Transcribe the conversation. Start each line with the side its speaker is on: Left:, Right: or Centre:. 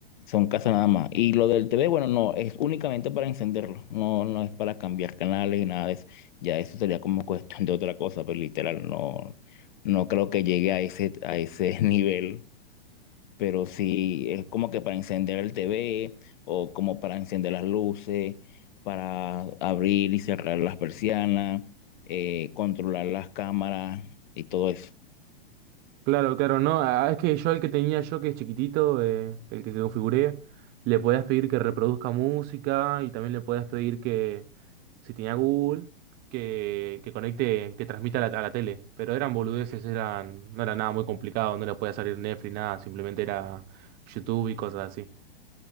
Left: son casas nada más. Y lo del TV, bueno, no, es únicamente para encenderlo, no, no es para cambiar canales y nada de eso. Ya eso sería como <laughs> cuestión de otra cosa, pero literal, no, no creo que llegue a ese, a ese <laughs> nivel. Pero sí, es como que para encender el TV o como para encender las luces, para abrir y cerrar las persianas, eh, controlar las cámaras y todo eso.
Right: Claro, claro, no. ah, Es que yo el que tenía yo, que es chiquitito, eh, el que configuré, le podías pedir que reproduzca música y también le podías pedir que, si tenía Google, que, que conecte, que transmita a la, a la tele. Pero eran boludeces, eran, no era nada muy complicado, no le podía salir Netflix, nada, simplemente era YouTube y cosas así.